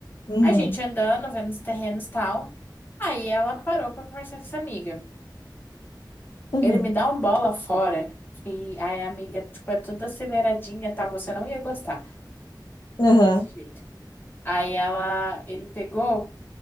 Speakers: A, on the left; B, on the left.
A: Uhum,
B: A gente andando, vendo os terrenos e tal. Aí ela parou pra conversar com essa amiga.
A: uhum,
B: Ele me dá um bola fora, que aí a amiga, tipo, é toda aceleradinha, tá? Você não ia gostar
A: aham.
B: desse jeito. Aí ela, ele pegou.